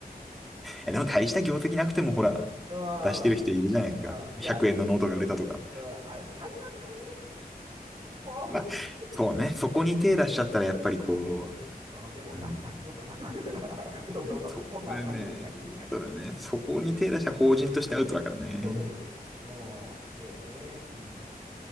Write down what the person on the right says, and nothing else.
うん、
うん
いやね、うんあれ詐欺なのよね。もう、
うん、うんでも、
だ、出しそうかなとか。<laughs> 嘘嘘嘘。
そんな詐欺はしない、しない、しない。
そうそうそう。うん、でね、うん、